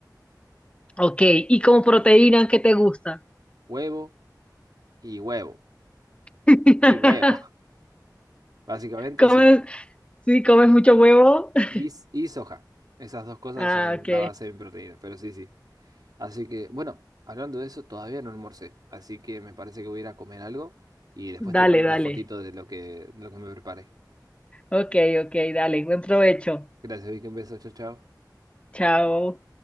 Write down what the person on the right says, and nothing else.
Huevo y huevo
y huevo. <laughs> Básicamente
sí.
Y, s- y soja. Esas dos cosas
son
la base de mi proteína, pero sí, sí. Así que, bueno, hablando de eso, todavía no almorcé. Así que me parece que voy a ir a comer algo y después te
mando
una fotito de lo que, lo que me preparé.
Gracias, Vicky. Un beso. Chao, chao.